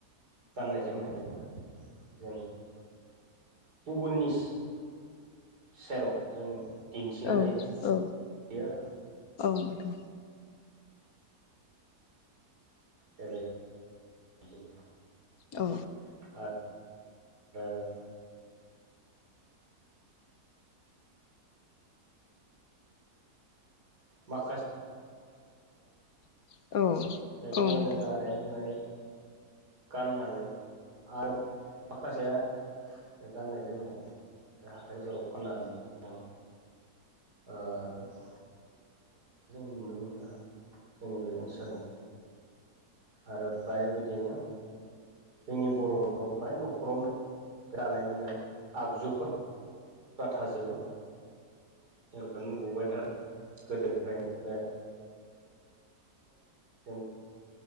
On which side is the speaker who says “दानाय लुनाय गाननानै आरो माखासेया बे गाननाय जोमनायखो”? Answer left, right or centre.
Right